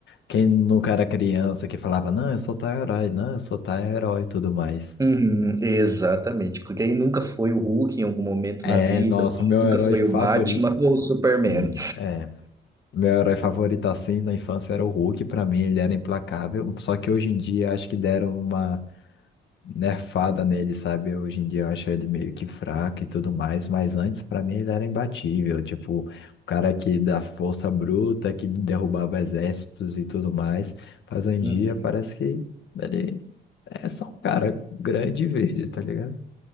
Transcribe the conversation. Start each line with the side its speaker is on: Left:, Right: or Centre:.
Left: quem nunca era criança que falava, não, eu sou tal herói, não, eu sou tal herói e tudo mais.
Right: Uhum, exatamente, porque aí nunca foi o Hulk em algum momento
Left: É,
Right: na vida,
Left: nossa, o meu
Right: nunca
Left: herói
Right: foi
Left: favorito.
Right: o Batman <laughs> ou o Superman.
Left: Sim, é. Meu herói favorito assim na infância era o Hulk, pra mim ele era implacável. Só que hoje em dia acho que deram uma nerfada nele, sabe? Hoje em dia eu acho ele meio que fraco e tudo mais, mas antes pra mim ele era imbatível, tipo, o cara que da força bruta, que derrubava exércitos e tudo mais, mas hoje em dia
Right: Uhum.
Left: parece que ele é só um cara grande e verde, tá ligado?